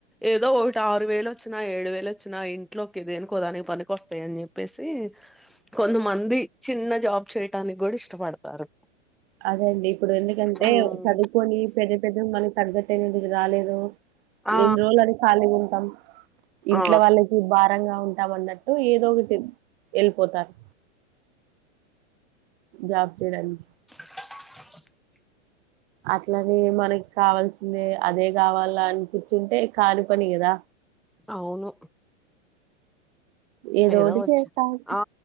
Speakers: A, in the centre; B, on the right.
A: ఏదో ఒకటి ఆరు వేలు వచ్చినా ఏడు వేలు వచ్చినా ఇంట్లోకి దేనికోదానికి పనికి వస్తాయి అని చెప్పేసి కొంతమంది చిన్న జాబ్ చేయటానికి కూడా ఇష్టపడతారు
B: అదే అండి ఇప్పుడు ఎందుకంటే
A: ఉమ్,
B: చదువుకొని పెద్ద పెద్ద మనకు తగట్టు రాలేదు
A: ఆ
B: ఎన్ని రోజులు అని ఖాళీగా ఉంటాం ఇంట్లో
A: ఆ
B: వాళ్ళకి భారంగా ఉంటామన్నట్టు ఏదో ఒకటి వెళ్ళిపోతారు జాబ్ చేయడానికి
A: <inaudible>
B: అట్లనే మనకి కావాల్సిందే అదే కావాలా అని కూర్చుంటే కాని పని కదా
A: అవును
B: ఏదోటి
A: ఏదో వచ్చా
B: చేస్తా ఉంటే
A: ఆ